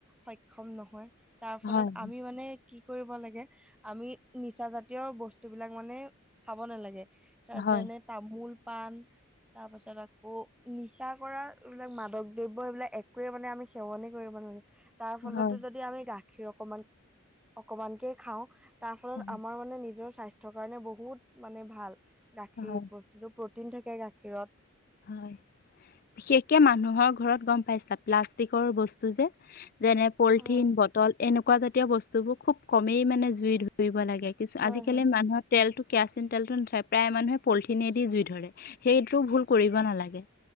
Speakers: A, in the centre; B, on the left.
A: সক্ষম নহয়। তাৰ ফলত
B: হয়
A: আমি মানে কি কৰিব লাগে আমি নিচা জাতীয় বস্তু বিলাক মানে খাব নালাগে। তাৰ
B: হয়
A: যেনে তামোল, পান তাৰ পাছত আকৌ নিচা কৰা এইবিলাক মাদক দ্ৰব্য সবিলাক একোৱে মানে আমি সেৱনে কৰিব নোৱাৰি। তাৰ ফলতো
B: হয়
A: যদি আমি গাখীৰ অকমান অকমানকে খাওঁ। তাৰ ফলত
B: হয়
A: আমাৰ মানে নিজৰ স্বাস্থ্যৰ কাৰণে বহুত মানে ভাল গাখীৰ
B: হয়।
A: বস্তুতটো। প্ৰটিন থাকে গাখীৰত।
B: হয়, বিশেষকে মানুহৰ ঘৰত গম পাইছা, প্লাষ্টিকৰ বস্তু যে, যেনে পলিথিন,
A: হয়
B: বটল এনেকুৱা জাতীয় বস্তুবোৰ খুব কমেই মানে জুই ধুৰিব লাগে। কিছু
A: হয়
B: আজিকালি
A: হয়
B: মানুহৰ তেলটো কেৰাচিন তেলটো নাপায় প্ৰায় মানুহে পলিথিনেদি জুই ধৰে, সেইটোও ভুল কৰিব নালাগে।